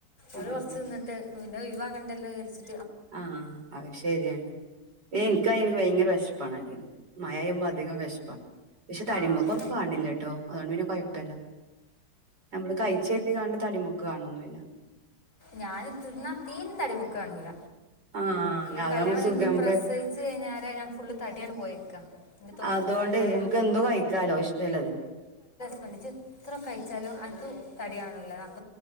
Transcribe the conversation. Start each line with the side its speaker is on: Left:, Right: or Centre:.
Left: ഒരു
Right: ആഹ്
Left: വർഷം നിന്നിട്ട് പിന്നെ യിവാക്കണ്ടല്ലോ വിചാരിച്ച്
Right: ആഹ് അത് ശരിയാണ് എനിക്ക് ഭയങ്ക ഭയങ്കര വിശപ്പാണല്ലേലും മഴപെയുമ്പോ അധികം വെശപ്പാ പക്ഷെ തടിയ്മെക്കൊന്നും
Left: ആഹ്
Right: കാണണില്ലട്ടോ അതൊണ്ട് പിന്നെ കൊഴപ്പില്ല ഞമ്മള് കഴിച്ചരുതി കാണ്ട് തടിമേക്ക് കാണൊന്നില്ല
Left: ഞാന് തിന്നാ തീരെ തടിമെക്ക് കാണൂല
Right: ആഹ്
Left: ഈ
Right: അതാവുമ്പോ
Left: കല്യാണം
Right: സുഖാ
Left: കഴിഞ്
Right: നമുക്ക്
Left: പ്രസവിച്ച് കയിഞ്ഞേരെ ഞാൻ ഫുള്ള് തടിയാണ്ട് പോയേക്കാ ഇന്റെ തൊണ്ണൂറ്
Right: അതുകൊണ്ട്
Left: കഴിഞ്ഞാരെ
Right: ഇമ്മക്ക് എന്തും കഴിക്കാലോ ഇഷ്ട്ടള്ളത്
Left: എൻക്ക് എത്ര കഴിച്ചാലും <unintelligible> തടികാണൂല്ല അതാ